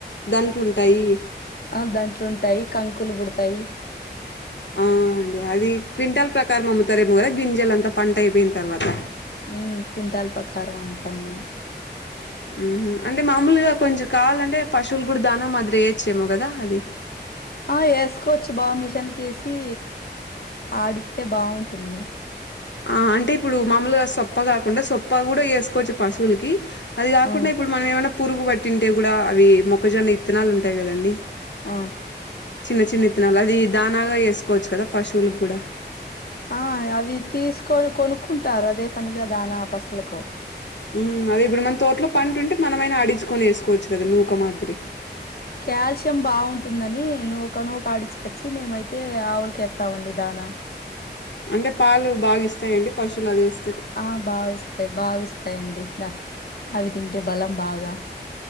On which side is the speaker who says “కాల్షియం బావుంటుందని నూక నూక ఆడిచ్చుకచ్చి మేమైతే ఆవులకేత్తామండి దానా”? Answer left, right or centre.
Left